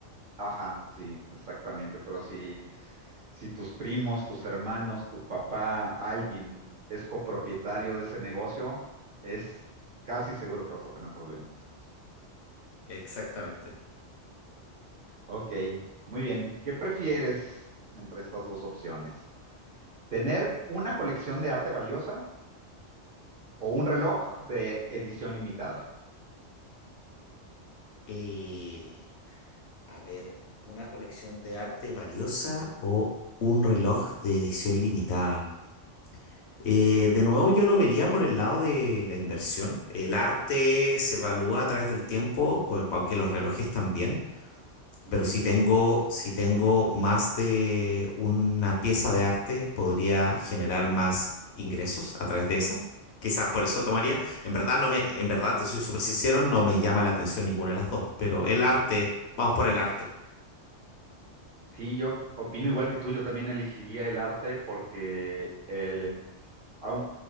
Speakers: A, on the right; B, on the left.
A: Ajá, sí, exactamente. Pero si, si tus primos, tus hermanos, tu papá, alguien es copropietario de ese negocio, es casi seguro que vas a tener problemas.
B: Exactamente.
A: Ok, muy bien. ¿Qué prefieres entre estas dos opciones? ¿Tener una colección de arte valiosa o un reloj de edición limitada?
B: Eh, a ver, ¿una colección de arte valiosa o un reloj de edición limitada? Eh, de nuevo, yo lo vería por el lado de la inversión. El arte se evalúa a través del tiempo, pues, aunque los relojes también.
A: Ujú.
B: Pero si tengo, si tengo más de una pieza de arte, podría generar más ingresos a través de esa. Quizás por eso tomaría. En verdad no me, en verdad te soy súper sincero, no me llama la atención ninguna de las dos, pero el arte, vamos por el arte.
A: Sí, yo opino igual que tú. Yo también elegiría el arte porque eh, aun-